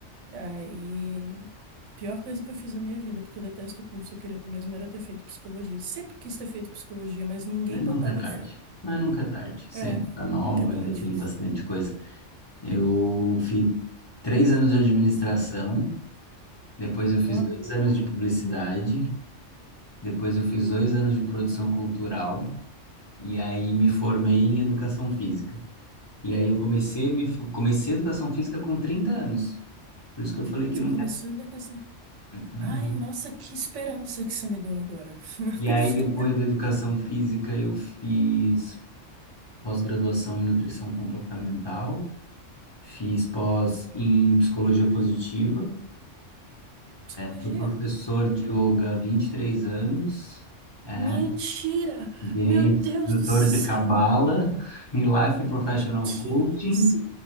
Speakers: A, on the right; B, on the left.
A: Aí, pior coisa que eu fiz na minha vida, porque eu detesto o curso, eu queria mesmo era ter feito psicologia. Sempre quis ter feito psicologia, mas ninguém
B: Mas
A: botava
B: nunca é tarde.
A: fé.
B: Mas nunca é tarde. Sempre
A: É,
B: tá nova,
A: não é verdade.
B: ainda tem bastante coisa Eu fiz três anos de administração, depois eu fiz
A: Ó,
B: dois anos de publicidade, depois eu fiz dois anos de produção cultural, e aí me formei em educação física. E aí eu comecei, a me, fo- comecei a educação física com 30 anos. Por isso que eu falei que
A: você
B: não.
A: começou da questão.
B: Aham.
A: Ai, nossa, que esperança que você me deu agora. <laughs>
B: E aí, depois da educação física, eu fiz pós-graduação em nutrição comportamental, fiz pós em psicologia positiva,
A: Psicologia.
B: Sou professor
A: Hum.
B: de yoga há 23 anos, é,
A: Mentira!
B: virei
A: Meu Deus
B: instrutor
A: do céu!
B: de Kabbalah e Life Professional
A: Que
B: Coaching
A: isso?